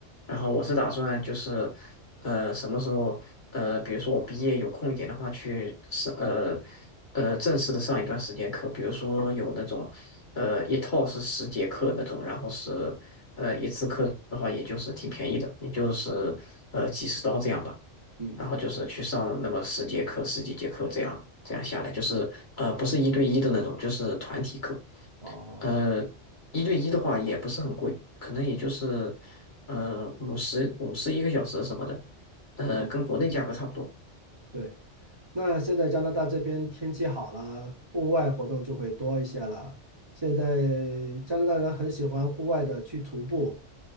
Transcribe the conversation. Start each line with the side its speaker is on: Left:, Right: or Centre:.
Left: 然后我是打算就是，呃，什么时候呃，比如说我毕业有空一点的话，去上呃呃正式的上一段时间课，比如说有那种呃一套是十节课那种，然后是呃一次课的话，也就是挺便宜的，也就是呃几十刀这样吧。
Right: 嗯，
Left: 然后就是去上那么十节课、十几节课这样，这样下来就是呃不是一对一的那种，就是团体课。
Right: 哦，
Left: 呃，一对一的话也不是很贵，可能也就是呃五十五十一个小时什么的，呃跟国内价格差不多。
Right: 嗯。对。那现在加拿大这边天气好了，户外活动就会多一些了。现在加拿大人很喜欢户外的去徒步，